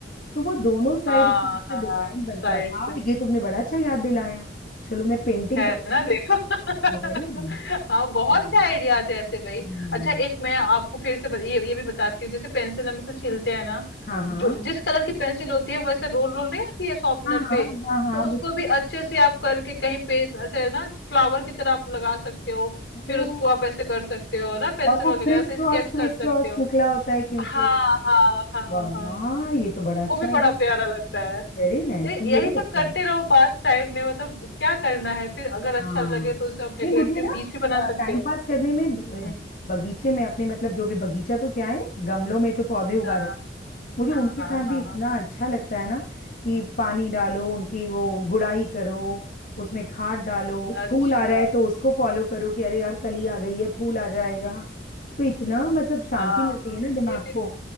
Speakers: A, on the left; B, on the left.
A: तो वो दोनों साइड
B: हाँ
A: इतना अच्छा
B: हाँ
A: डिजाइन बनता
B: साइड
A: था
B: से
A: ये तुमने बड़ा अच्छा याद दिलाया चलो मैं पेंटिंग
B: है
A: को
B: ना देखो <laughs>
A: वेरी
B: हाँ बहुत
A: नाइस
B: से आइडियाज है ऐसे भाई
A: हम्म,
B: अच्छा एक मैं आपको फिर से बत, ये ये भी बताती हूँ जैसे पेंसिल हम इसे छीलते हैं ना
A: हाँ हाँ
B: जो जिस कलर की पेंसिल होती है वैसे रोल रोल नहीं आती है शॉर्पनर
A: हाँ
B: पे
A: हाँ हाँ हाँ
B: तो उसको
A: वो
B: भी अच्छे से आप करके कहीं पेस्ट ऐसे ना फ्लावर की तरह आप लगा सकते हो फिर
A: ओ,
B: उसको आप ऐसे कर सकते हो ना पेंसिल
A: और वो
B: वगैरह
A: क्रिस
B: से
A: क्रॉस
B: स्केच
A: क्रिस
B: कर सकते
A: क्रॉस
B: हो
A: निकला होता है क्योंकि
B: हाँ हाँ हाँ
A: वाह
B: हाँ
A: ये तो बड़ा अच्छा
B: वो भी बड़ा
A: आइडिया है
B: प्यारा लगता
A: वेरी नाइस
B: ये यही
A: ये भी
B: सब
A: अच्छा
B: करते
A: है
B: रहो पास टाइम में मतलब क्या करना है फिर अगर
A: हाँ
B: अच्छा लगे तो उसे आप डेकोरेटिव
A: नहीं मुझे ना
B: पीस भी बना सकते
A: टाइम
B: हो
A: पास करने में ब-
B: हम्म,
A: बगीचे में अपने मतलब जो भी बगीचा तो क्या है गमलों में जो पौधे उगा
B: हाँ
A: रहे हैं, मुझे
B: हाँ
A: उनके साथ
B: हाँ
A: भी इतना अच्छा लगता है ना कि पानी डालो उनकी वो गुड़ाई करो उसमें खाद डालो
B: अच्छा
A: फूल आ रहा है तो उसको फॉलो करो कि अरे यार कली आ गई है फूल आ जाएगा तो इतना मतलब शांति
B: हाँ
A: मिलती
B: हाँ
A: है ना दिमाग
B: ये भी तो
A: को